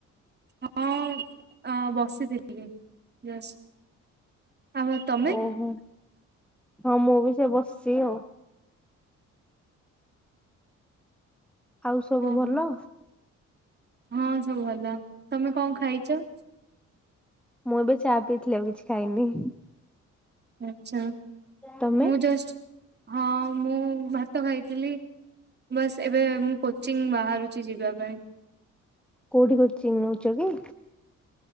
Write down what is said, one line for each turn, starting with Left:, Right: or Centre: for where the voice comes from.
Right: <unintelligible> ଆଉ ତମେ
Centre: ଓହୋ, ହଁ ମୁଁ ବି ସେ ବସ୍‌ଚି ଆଉ। ଆଉ ସବୁ
Right: ହଁ
Centre: ଭଲ?
Right: ହଁ ହଁ, ସବୁ ଭଲ। ତମେ ଙ୍କ ଖାଇଚ?
Centre: ମୁଁ ଏବେ ଚା ପିଇଥିଲି, ଆଉ କିଛି ଖାଇନି।
Right: ଆଚ୍ଛା,
Centre: ତମେ
Right: ମୁଁ ଜଷ୍ଟ୍ ହଁ ମୁଁ ଭାତ ଖାଇଥିଲି। ବସ୍ ଏବେ ମୁଁ କୋଚିଂ ବାହାରୁଚି ଯିବା ପାଇଁ।
Centre: କଉଠି କୋଚିଂ ନଉଚ କି?